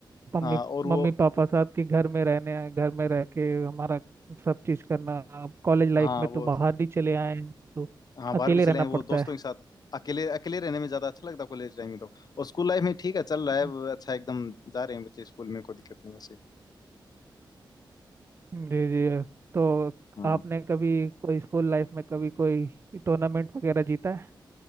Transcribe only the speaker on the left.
हाँ और वो
हाँ
वो
हाँ
बाहर भी चले
हैं वो
दोस्तों के साथ अकेले अकेले रहने में ज्यादा अच्छा लगता है कॉलेज टाइम में तो और स्कूल लाइफ में ठीक है चल रहा है
अच्छा एकदम जा रहे हैं बच्चे स्कूल में कोई दिक्कत नहीं वैसे
हाँ